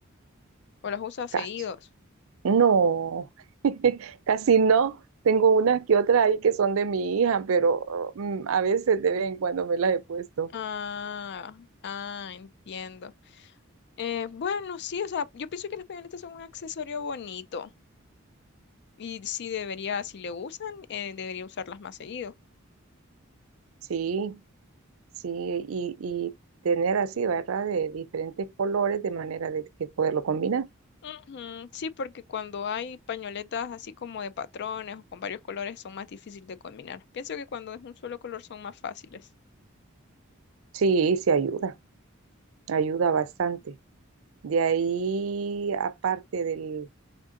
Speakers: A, on the left; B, on the right.
A: ¿O las usa seguidos?
B: Casi. No, <laughs> casi no. Tengo unas que otras ahí que son de mi hija, pero mm, a veces de vez en cuando me las he puesto.
A: Ah, ah, entiendo. Eh, bueno, sí, o sea, yo pienso que las pañoletas son un accesorio bonito. Y sí debería, si le usan, eh, debería usarlas más seguido.
B: Sí, sí, y, y tener así, ¿verdad? De diferentes colores de manera de que poderlo combinar.
A: Ujú, Sí, porque cuando hay pañoletas así como de patrones o con varios colores son más difíciles de combinar. Pienso que cuando es un solo color son más fáciles.
B: Sí, sí ayuda. ayuda bastante. De ahí, aparte del,